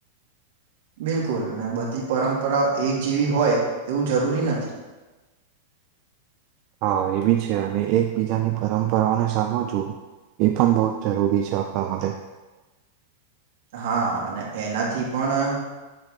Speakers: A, on the right; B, on the right.
A: બિલકુલ ને બધી પરંપરા એક જેવી હોય એવું જરૂરી નથી.
B: હા એ બી છે અને એકબીજાની પરંપરાઓને સમજવું ઇપન બહુજ જરૂરી છે આપડા માટે.
A: હા અને એનાથી પણ